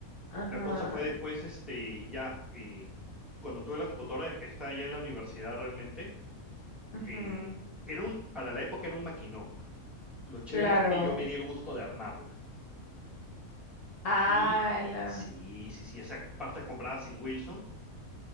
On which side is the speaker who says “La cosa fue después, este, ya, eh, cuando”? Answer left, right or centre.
Centre